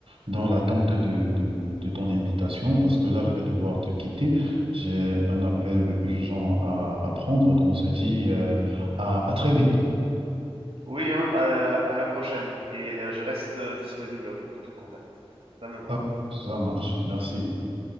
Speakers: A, on the right; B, on the right.
A: dans l'attente de, de, de ton invitation parce que là, je vais devoir te quitter. J'ai un appel urgent à, à prendre, donc on se dit euh, à, à très vite.
B: Oui, hein, à, à la prochaine. Et euh, je reste euh, disponible pour tout contact. Ça me va.
A: Ah, ça marche. Merci.